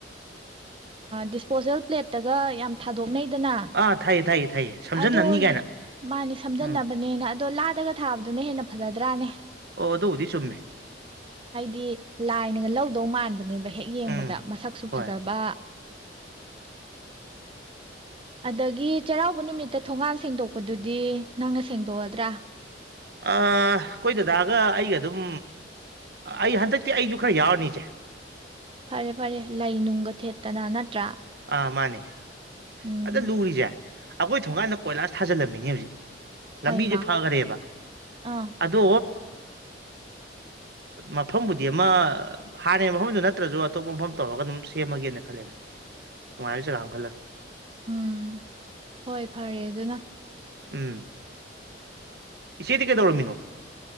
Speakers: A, on the right (about 30°); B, on the right (about 60°).
A: ꯗꯤꯁꯄꯣꯖꯦꯜ ꯄ꯭ꯂꯦꯠꯇꯒ ꯌꯥꯝ ꯊꯥꯗꯣꯛ ꯛꯅꯩꯗꯅ
B: ꯑꯥ ꯊꯥꯏꯌꯦ ꯊꯥꯏꯌꯦ ꯊꯥꯏꯌꯦ ꯁꯝꯖꯟꯅꯕꯅꯤ
A: ꯑꯗꯣ
B: ꯀꯥꯏꯅ
A: ꯃꯥꯅꯦ ꯁꯝꯖꯟꯅꯕꯅꯦꯅ
B: ꯎꯝ
A: ꯑꯗꯣ ꯂꯥꯗꯒ ꯊꯥꯕꯗꯨꯅ ꯍꯦꯟꯅ ꯐꯖꯗ꯭ꯔꯥꯅꯦ
B: ꯑꯣ ꯑꯗꯨꯕꯨꯗꯤ ꯆꯨꯝꯃꯦ
A: ꯍꯥꯏꯗꯤ ꯂꯥꯏꯅꯒ ꯂꯧꯗꯧ ꯃꯥꯟꯕꯅꯦꯕ ꯍꯦꯛ ꯌꯦꯡꯕꯗ
B: ꯎꯝ
A: ꯃꯁꯛꯁꯨ
B: ꯍꯣꯏ
A: ꯐꯖꯕ ꯑꯗꯒꯤ ꯆꯩꯔꯥꯎꯕ ꯅꯨꯃꯤꯠꯇ ꯊꯣꯡꯒꯥꯟ ꯁꯦꯡꯗꯣꯛꯄꯗꯨꯗꯤ ꯅꯪꯅ ꯁꯦꯡꯗꯣꯛꯑꯗ꯭ꯔꯥ
B: ꯑꯩꯈꯣꯏ ꯗꯗꯥꯒ ꯑꯩꯒ ꯑꯗꯨꯝ ꯑꯩ ꯍꯟꯗꯛꯇꯤ ꯑꯩꯁꯨ ꯈꯔ ꯌꯥꯎꯔꯅꯤꯁꯦ
A: ꯐꯔꯦ ꯐꯔꯦ ꯂꯩ ꯅꯨꯡꯒ ꯊꯦꯠꯇꯅ ꯅꯠꯇ꯭ꯔꯥ
B: ꯑ ꯃꯥꯅꯦ
A: ꯎꯝ
B: ꯑꯗ ꯂꯨꯔꯤꯁꯦ ꯑꯩꯈꯣꯏ ꯊꯣꯡꯀꯥꯟꯗ ꯀꯣꯏꯂꯥꯁ ꯊꯥꯖꯤꯜꯂꯝꯃꯤꯅꯤ ꯍꯧꯖꯤꯛ ꯂꯝꯕꯤꯁꯦ
A: ꯍꯩꯃ
B: ꯐꯈꯔꯦꯕ
A: ꯑꯥ
B: ꯑꯗꯣ ꯃꯐꯝꯕꯨꯗꯤ ꯑꯃ ꯍꯥꯟꯅ ꯃꯐꯝꯗꯨ ꯅꯠꯇ꯭ꯔꯁꯨ ꯑꯇꯣꯞꯄ ꯃꯐꯝ ꯇꯧꯔꯒ ꯑꯗꯨꯝ ꯁꯦꯝꯃꯒꯦꯅ ꯈꯜꯂꯦꯅꯦ ꯅꯨꯡꯉꯥꯏꯔꯤ ꯆꯦꯒꯥꯅ ꯈꯜꯂꯒ
A: ꯎꯝ ꯍꯣꯏ ꯐꯔꯦ ꯑꯗꯨꯅ
B: ꯎꯝ ꯏꯆꯦꯗꯤ ꯀꯩꯗꯧꯔꯝꯃꯤꯅꯣ